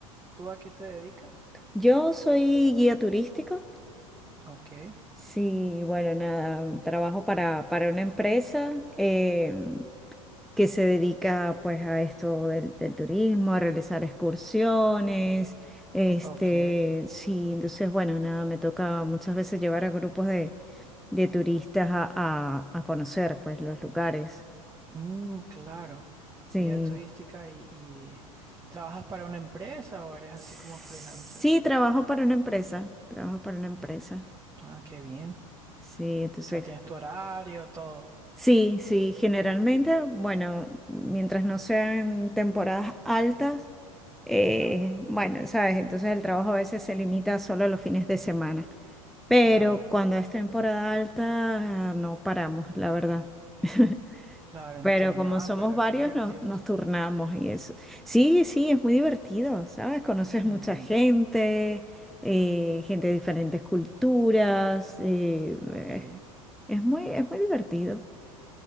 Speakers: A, on the right; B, in the centre.
A: ¿tú a qué te dedicas?
B: Yo soy guía turístico.
A: Ok,
B: Sí, bueno, nada, trabajo para, para una empresa. em, que se dedica pues a esto del, del turismo, a realizar excursiones, este,
A: ok.
B: sí, entonces bueno, nada, me toca muchas veces llevar a grupos de, de turistas a, a- a conocer pues los lugares.
A: Mm, claro.
B: Sí.
A: Guía turística y, y ¿trabajas para una empresa o eres
B: Sí,
A: así como freelancer?
B: trabajo para una empresa, trabajo para una empresa.
A: Ah, qué bien.
B: Sí,
A: O
B: entonces
A: sea, tienes tu horario, todo.
B: Sí, sí, generalmente, bueno, mientras no sean temporadas altas, eh,
A: Claro,
B: bueno, sabes, entonces el trabajo a veces se limita solo a los fines de semana, pero
A: claro,
B: cuando es temporada alta no paramos, la verdad. <laughs>
A: claro, entiendo.
B: Pero como
A: Ah,
B: somos
A: pero
B: varios,
A: qué divertidos.
B: nos, nos turnamos y eso. Sí, sí, es muy divertido, ¿sabes? Conoces
A: Ujú,
B: mucha gente, eh, gente de diferentes culturas, eh,
A: Ok,
B: es es muy, es muy divertido.